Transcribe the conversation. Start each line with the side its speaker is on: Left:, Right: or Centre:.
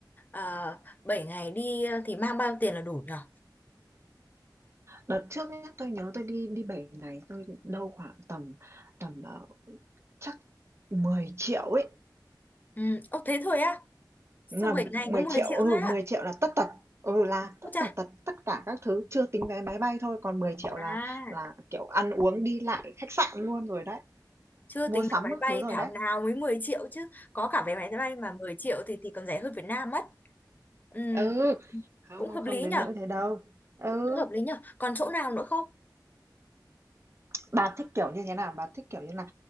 Left: uh, 7 ngày đi ờ, thì mang bao nhiêu tiền là đủ nhở?
Right: Đợt trước nhá, tôi nhớ tôi đi đi 7 ngày, tôi đâu khoảng tầm tầm ờ, chắc 10 triệu ấy
Left: Ừ, ô thế thôi á. Sao
Right: Đúng là
Left: 7 ngày
Right: 10
Left: có 10
Right: triệu,
Left: triệu
Right: ừ,
Left: thôi á?
Right: 10 triệu là tất tật, ừ, là tất
Left: Ô chà.
Right: tần tật tất cả các thứ, chưa tính vé máy bay thôi, còn 10 triệu
Left: À,
Right: là là, kiểu, ăn uống, đi lại, khách sạn luôn rồi đấy,
Left: chưa
Right: mua
Left: tính
Right: sắm
Left: vé máy
Right: các
Left: bay
Right: thứ rồi
Left: thảo
Right: đấy.
Left: nào mới 10 triệu chứ. Có cả vé máy bay mà 10 triệu thì thì còn rẻ hơn Việt Nam mất. Ừ,
Right: Ừ, không,
Left: cũng
Right: không,
Left: hợp
Right: không
Left: lý
Right: đến
Left: nhở?
Right: nỗi thế đâu. Ừ,
Left: Cũng hợp lý nhở? Còn chỗ nào nữa không?
Right: bà thích kiểu như thế nào? Bà thích kiểu như là